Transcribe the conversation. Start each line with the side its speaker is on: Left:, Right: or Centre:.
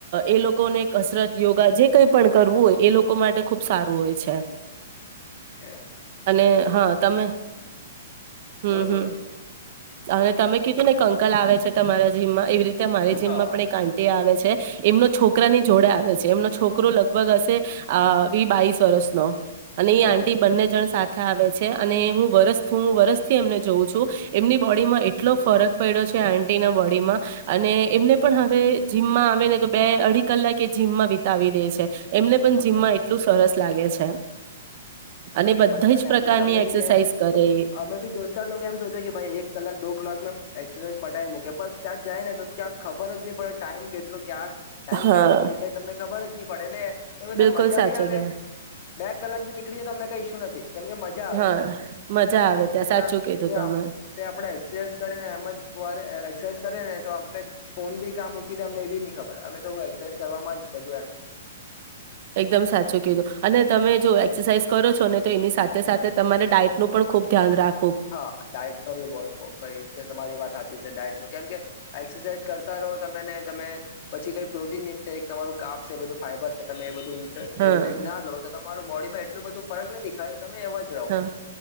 Right: એ લોકોને કસરત યોગા જે કઈ પણ કરવું હોય એ લોકો માટે ખૂબ સારું હોય છે.
Left: ઓકે <inaudible>
Right: અને હા તમે હમ
Left: બોલો
Right: હમ,
Left: બોલો
Right: અને તમે કીધું ને એક અંકલ આવે છે તમારા જીમમાં એવી રીતે મારી જીમમાં
Left: હા
Right: પણ એક આંટી આવે છે. એમનો છોકરાની જોડે આવે છે એમનો છોકરો લગભગ હશે, આ બાવીસ વર્ષનો. અને એ
Left: ઓકે
Right: આંટી બંને જણ સાથે આવે છે અને હું વરસ વરસથી એમને જોઉં છું એમની બોડીમાં એટલો ફરક પડ્યો છે આટીના બોડીમાં અને એમને પણ હવે જીમમાં આવે ને તો બે અઢી કલાક એ જીમમાં વિતાવી દે છે એમને પણ જીમમાં
Left: ઓકે
Right: એટલું સરસ લાગે છે અને
Left: છે
Right: બધા
Left: બધાને
Right: જ પ્રકારની
Left: અમે
Right: એક્સરસાઇઝ
Left: બીજયે ને
Right: કરે એ
Left: અમે ભી દોસ્તાર લોકો એમ સોચે એક કલાક દો કલાક એક્સરસાઇઝ પટાવી મૂ પણ ત્યાં જાય ને તો ત્યાં ખબર જ નહી પડે ટાઈમ કેટલો ક આ ટાઈમ
Right: હા
Left: કા નીકળી જાય તમને ખબર જ ની પડે ને એ બંધા
Right: બિલકુલ
Left: મજા
Right: સાચું
Left: ભી આવે
Right: કે
Left: બે કલાક બી નીકળે તો અમને કંઈ ઈસુ નથી કેમકે મજા આવે
Right: હા
Left: ત્યાં
Right: મજા આવે ત્યાં
Left: ત્યાંને
Right: સાચું કીધું તમે
Left: આપણે એક્સરસાઈઝ કરીને એમ જ એક્સરસાઈઝ કરે ને તો આપણે ફોન ભી કા મૂકી ડે અમને એ બી ની ખબર અમે તો હું એક્સરસાઈઝ કરવામાં જ બધું એમ
Right: એકદમ સાચું કીધું અને તમે જો એક્સરસાાઈઝ કરો છો ને તો એની સાથે સાથે તમારે ડાયટનું પણ ખુબ ધ્યાન રાખ
Left: હા ડાયટનુ બી બો ફોક કઈ છે તમારી વાત હાચી છે ડાયટનુ કેમ કે એક્સરસાઇઝ કરતા રહો તમે ને તમે પછી કઈ પ્રોટીન ઇન્ટટેક તમારું કાબ શે બધું ફાઈબર ન તમે એ બધું
Right: હા
Left: ઇન્ટટેક ના લો તો તમારું બોડી એટલું બધું ફરક નથી થાય તમે એવા જ રહો
Right: હા